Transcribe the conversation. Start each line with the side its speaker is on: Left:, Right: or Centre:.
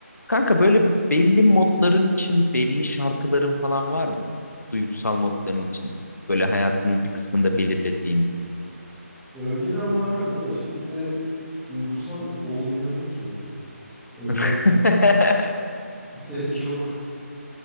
Left: Kanka böyle belli modların için belli şarkıların falan var mı? Duygusal modların için. Böyle hayatının bir kısmında belirlediğin.
Centre: Ya önceden vardı da şimdi duygusal olmuyorum ki. O yüzden
Left: <laughs>
Centre: <laughs> pek yok.